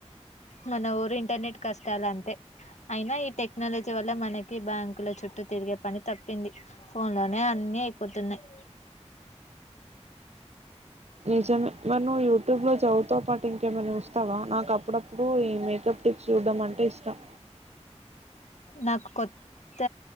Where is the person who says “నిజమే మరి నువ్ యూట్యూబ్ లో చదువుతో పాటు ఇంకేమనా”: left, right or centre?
Right